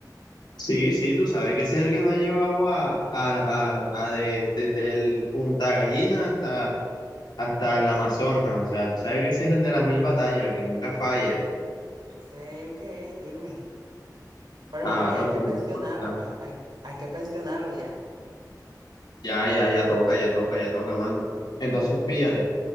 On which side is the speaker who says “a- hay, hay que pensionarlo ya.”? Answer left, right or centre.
Right